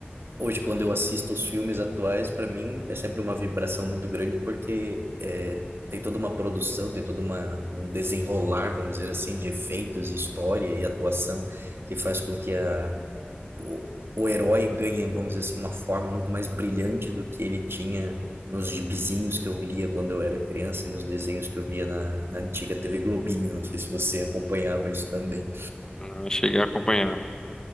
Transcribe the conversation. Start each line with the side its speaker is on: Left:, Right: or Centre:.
Right: Hoje, quando eu assisto os filmes atuais, para mim é sempre uma vibração muito grande, porque é, tem toda uma produção, tem todo uma, um desenrolar, vamos dizer assim, de efeitos, história e atuação, que faz com que a, o, o herói ganhe, vamos dizer assim, uma forma muito mais brilhante do que ele tinha nos gibizinhos que eu lia quando eu era criança e nos desenhos que eu via na, na antiga TV Globinho. Não sei se você acompanhava isso também.
Left: Ah, cheguei a acompanhar.